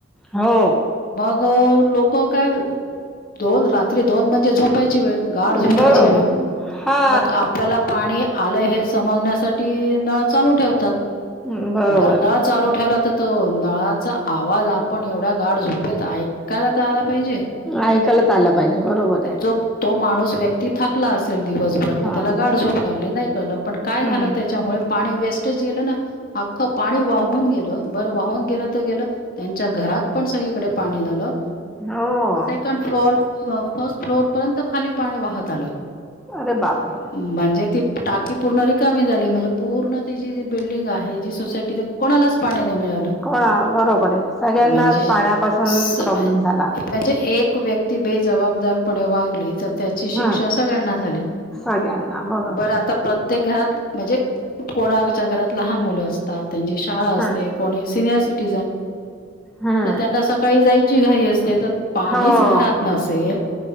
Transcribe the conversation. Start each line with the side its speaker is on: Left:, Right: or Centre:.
Centre: हो
Left: <inaudible> लोक काय दोन रात्री दोन म्हणजे झोपायची वेळ गाढ
Centre: बरोबर
Left: झोपायची वेळ...
Centre: हा
Left: मग आपल्याला पाणी आलंय हे समजण्यासाठी नळ चालू ठेवतात
Centre: हम्म, बरोबर
Left: बरं नळ चालू ठेवला तर तो नळाचा आवाज आपण एवढ्या गाढ झोपेत ऐ.. कायला तर आला पाहिजे
Centre: ऐकायलाच आला पाहिजे बरोबर आहे
Left: <inaudible> तो माणूस व्यक्ती थंबला असल दिवस भर
Centre: हा
Left: त्याला गार झोप लागली नाही का पण काय
Centre: हम्म
Left: झाल‌ त्यामुळे वेस्टच गेल ना अख्खं पाणी वाहून गेलं बर वाहुन गेल त्यांच्या घरात पण सगळीकडे पाणी झालं
Centre: हो
Left: <inaudible> सेकंड फ्लोअर फर्स्ट फ्लोर पर्यंत खाली पाणी वाहत आलं
Centre: अरे बापरे
Left: म्हणजे ती टाकी पूर्ण रिकामी झाली म्हणजे पूर्ण ति जी जी बिल्डिंग आहे जी सोसायटी कोणालाच पा मिळालं
Centre: कोणा बरोबर आहे सगळ्यांनाच
Left: म्हणजे
Centre: पाण्यापासून
Left: स
Centre: प्रॉब्लेम
Left: म्हणजे
Centre: झाला
Left: एक व्यक्ती बेजबाबदारपणे वागली तर त्याची शिक्षा
Centre: हम्म
Left: सगळ्यांना झाली
Centre: सगळ्यांना बघा
Left: <inaudible> बर आता
Centre: की
Left: प्रत्येक घरात म्हणजे कोणाच्या घरात लहान मुलं असतात त्यांची शाळा असते
Centre: हम्म
Left: कोणी सिनियर स असत
Centre: हम्म
Left: त्यांना सकाळी जायची घाई असते ते तर पाणीच
Centre: हो
Left: घरात नसेल